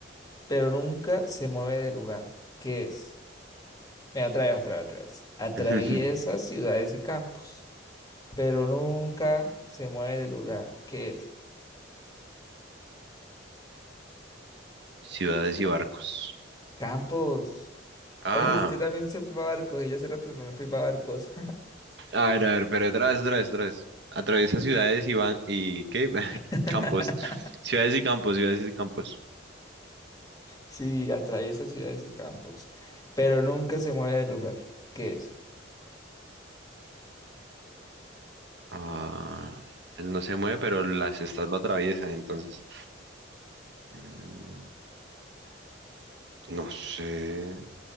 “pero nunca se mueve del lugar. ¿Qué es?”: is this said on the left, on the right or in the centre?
Left